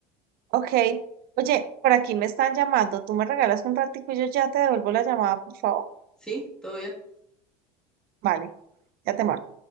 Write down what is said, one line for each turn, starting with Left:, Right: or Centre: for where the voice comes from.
Right: Ok. Oye, por aquí me están llamando. ¿Tú me regalas un ratico y yo ya te devuelvo la llamada, por favor?
Centre: ¿Sí? ¿Todo bien?
Right: Vale, ya te marco.